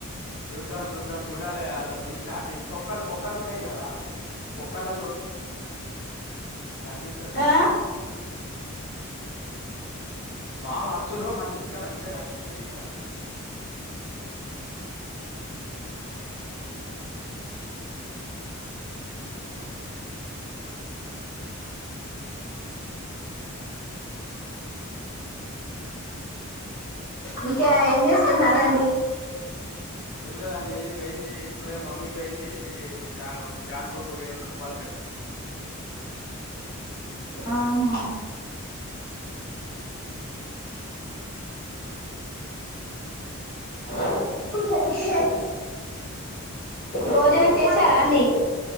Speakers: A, on the left; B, on the left.
A: చూద్దాం చూద్దాం. చూడాలే, అళ్లా జుసినా అటు ఇటు పొక్కలు పొక్కలు ఉంటాయి కదా, ఆ పొక్కలలో. కనిపిత్తలే.
B: ఆ
A: పాము అచ్చులో, మంచి ఇసుకలు అంచ గనిపి <unintelligible> ఈడ.
B: ఇంకా ఏం చేస్తున్నారండి.
A: ఏం లేదండి, వేయింది ఇప్పుడే, మమ్మీ వేయింది బ్యా బ్యాంకుకు వేయింది భూపాలపేల్లి.
B: ఆహా. ఆహ్ భోజనం చేశారా అండి.